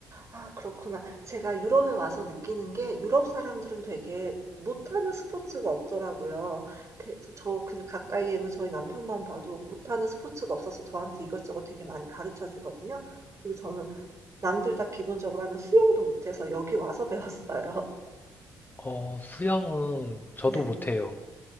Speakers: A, on the right (about 30°); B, on the left (about 20°).
A: 아 그렇구나. 제가 유럽에 와서 느끼는 게 유럽 사람들은 되게 못하는 스포츠가 없더라고요. 그 저 그냥 가까이에 있는 저희 남편만 봐도 못하는 스포츠가 없어서 저한테 이것저것 되게 많이 가르쳐 주거든요. 그리고 저는 남들 다 기본적으로 하는 수영도 못해서 여기 와서 배웠어요.
B: 어, 수영은 저도
A: <laughs> 네.
B: 못해요.